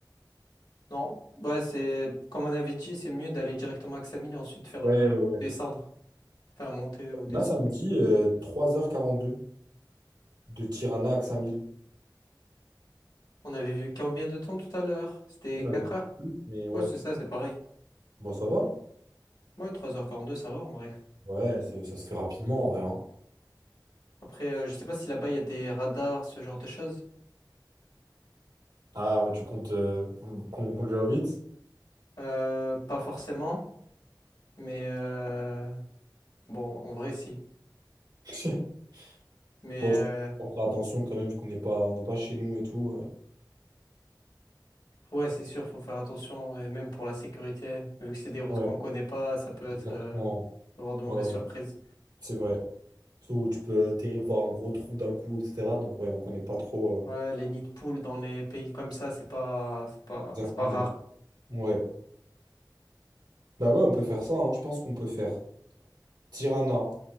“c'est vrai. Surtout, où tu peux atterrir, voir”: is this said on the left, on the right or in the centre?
Right